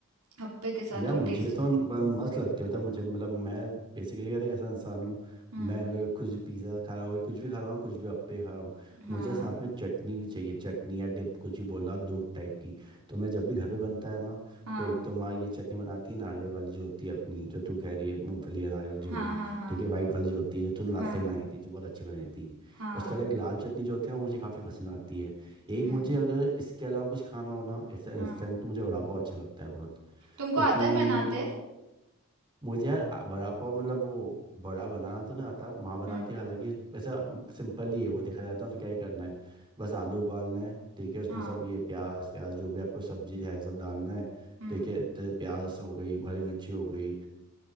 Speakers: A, on the right (about 85°); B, on the right (about 20°).
A: हप्पे के साथ
B: यार
A: जो
B: मुझे
A: टेस्ट है
B: तो ब- मस्त लगती होता मुझे मतलब मैं बेसिकली कहता कैसा इंसान हूँ
A: हम्म
B: मैं अगर कुछ भी पिज़्ज़ा खा रहा हूँ कुछ भी खा रहा हूँ कुछ भी अप्पे खा रहा हूँ
A: हाँ
B: मुझे साथ में चटनी भी चाहिए चटनी या डिप कुछ भी बोला आप दो टाइप की तो मैं जब भी घर पे बनता है ना
A: हाँ
B: तो एक तो माँ ये चटनी बनाती है नारियल वाली जो होती है अपनी जो तू कह रही है मूंगफली या नारियल जो
A: हाँ
B: भी
A: हाँ हाँ
B: ठीक है वाइट वाली जो होती है जो तूने लास्ट
A: हाँ
B: टाइम बनाई थी जो बहुत अच्छी बनी थी
A: हाँ
B: उसके अलावा एक लाल चटनी जो होती है ना वो मुझे काफ़ी पसंद आती है एक
A: हम्म
B: मुझे अगर इसके अलावा कुछ खाना हो ना ऐसा
A: हाँ
B: इंस्टेंट तो मुझे वड़ा पाव अच्छा लगता है बहुत
A: तुमको
B: क्योंकि
A: आता है बनाते
B: मुझे यार आ- वड़ा पाव मतलब वो बड़ा बनाना तो नहीं आता माँ बनाती
A: हुँ,
B: है हालांकि वैसा सिंपल ही है वो देखा जाता है तो क्या ही करना है बस आलू उबालना है ठीक है उसमें
A: हाँ,
B: सब ये प्याज प्याज जो भी आपको सब्जी है सब डालना है
A: हुँ,
B: ठीक है तो प्याज हो गई हरी मिर्ची हो गई